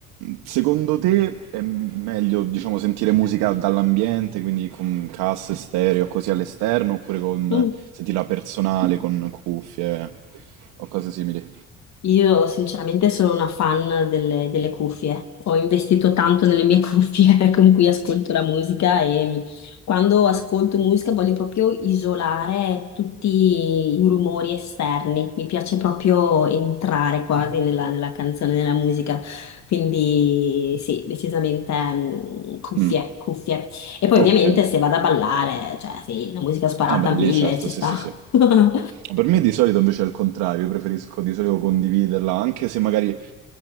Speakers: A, on the right; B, on the left.
A: secondo te è meglio, diciamo, sentire musica dall'ambiente, quindi con casse, stereo, così all'esterno, oppure con
B: Mm.
A: sentirla personale, con cuffie o cose simili?
B: Io sinceramente sono una fan delle, delle cuffie, ho investito tanto nelle mie cuffie <laughs> con cui ascolto la musica e quando ascolto musica voglio proprio isolare tutti i rumori esterni, mi piace proprio entrare quasi nella, nella canzone, nella musica, quindi sì, decisamente mm, cuffie,
A: Mm,
B: cuffie. E poi
A: ok.
B: ovviamente se vado a ballare, cioè sì, la musica sparata
A: Vabbè,
B: a
A: lì
B: mille
A: certo,
B: ci
A: sì,
B: sta.
A: sì, sì.
B: <laughs>
A: Per me di solito invece è il contrario, io preferisco di solito condividerla, anche se magari